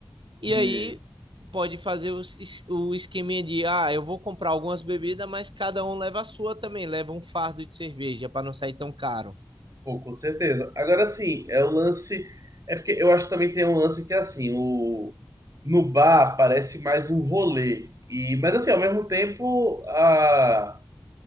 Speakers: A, on the right; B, on the right.
A: e
B: Hum,
A: aí pode fazer o, es- o esqueminha de, ah, eu vou comprar algumas bebidas, mas cada um leva a sua também, leva um fardo de cerveja para não sair tão caro.
B: pô, com certeza. Agora sim, é o lance. É porque eu acho que também tem um lance que é assim, o no bar parece mais um rolê. E, mas assim, ao mesmo tempo, a,